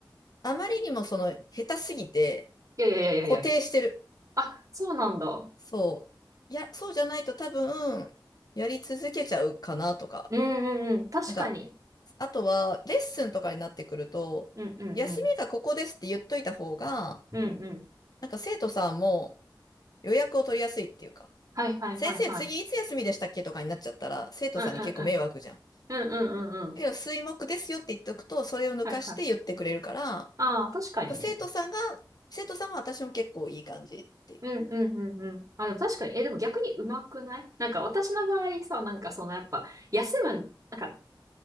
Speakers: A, on the left; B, on the right.
A: あまりにもその、下手すぎて、
B: いやいやいやいやいや。
A: 固定してる。
B: あ、そうなんだ。うん
A: そう。いや、そうじゃないと多分、やり続けちゃうかなとか。
B: うんうん。確かに。
A: なんか、あとは、レッスンとかになってくると、
B: うんうんうん。
A: 休みがここですって言っといた方が、
B: うんうん。
A: なんか生徒さんも予約を取りやすいっていうか、
B: はいはいはいはい。
A: 先生次いつ休みでしたっけとかになっちゃったら、生徒さんに結構迷惑じゃん。
B: うんうんうん。
A: だ
B: うんうんうんうん。
A: けど、水木ですよって言っておくと、それを抜かして言ってくれるから、
B: はいはい。
A: なん
B: ああ、確かにね。
A: か生徒さんが、生徒さんは私も結構いい感じってい
B: うんうんうんうん。あ、でも確かに。え、でも逆にうまくないなんか私の場合さ、なんかそのやっぱ、休む、なんか